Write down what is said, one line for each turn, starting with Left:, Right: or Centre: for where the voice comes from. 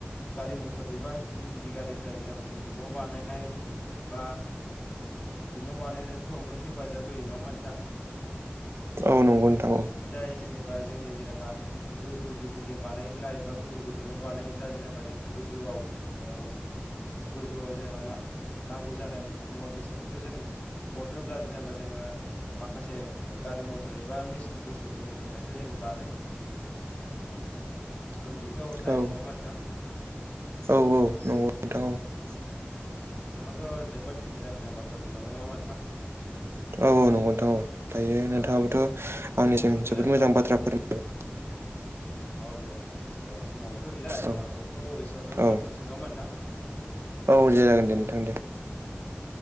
Left: गारि मथर एबा गिदिर गिदिर गारिफ्रा जेनेबा जोंनि न' बानायनाय एबा गिदिर गिदिर न' बानायनायफोरावबो हेफाजाब होयो नङा होनबा नोंथां?
Right: औ नंगौ नोंथां औ।
Left: जाय जेनेबा जोंनि जेनेबा गोजौ गोजौ बिल्डिं बानायोब्ला एबा गोजौ गोजौ न' बानायोब्ला जों जेनेबा जों गोजौआव ओ गोजौआव जेनेबा नांगौ जानाय मुवा बेसादखौ जोङो हरनोब्ला जेनेबा जोङो माखासे गारि मथर एबा मेसिन बुस्थुफोरनि थाखायसो जों बानाय <inaudible> दैथायहरनो
Right: औ
Left: हायो
Right: औ
Left: नङामा नोंथां? <inaudible>
Right: औ नंगौ नोंथां औ
Left: नोंथाङावथ' जोबोद मोजां मोजां बाथ्रा बुंलांबाय नङाम नोंथां?
Right: औ औ नंगौ नोंथां औ दायो
Left: जेनेबा
Right: नोंथाङाबोथ'
Left: समाबोथ'
Right: आंनिसिम
Left: गैला
Right: जोबोद
Left: नोंथां
Right: मोजां बाथ्रा फोरमबाय
Left: औ औ नोंथां जेनेबा समावबोथ' गैला जेनेबा
Right: औ
Left: कलखौ एसेयावनो
Right: औ
Left: दोन्थ'नोसै नङामा नोंथां? <inaudible>
Right: औ दे जागोन दे नोंथां दे।
Left: औ